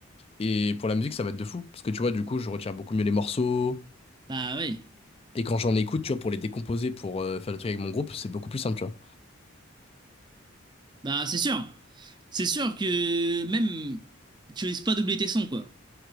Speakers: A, on the left (about 30°); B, on the right (about 20°).
A: Et pour la musique, ça va être de fou. Parce que tu vois, du coup, je retiens beaucoup mieux les morceaux.
B: Bah oui.
A: Et quand j'en écoute, tu vois, pour les décomposer, pour euh, faire des trucs avec mon groupe, c'est beaucoup plus simple, tu vois.
B: Bah c'est sûr. C'est sûr que même tu risques pas doubler tes sons, quoi.